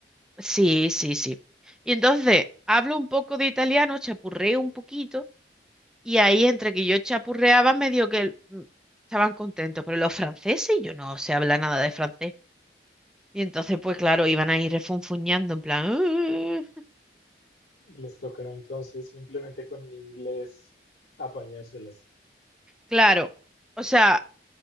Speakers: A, in the centre; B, on the left.
A: sí, sí, sí. Y entonces hablo un poco de italiano, chapurreo un poquito, y ahí entre que yo chapurreaba, medio que mm, estaban contentos, pero los franceses, yo no sé hablar nada de francés. Y entonces, pues claro, iban ahí refunfuñando en plan, "Uh".
B: Les tocaba entonces simplemente con inglés apañárselas.
A: claro, o sea.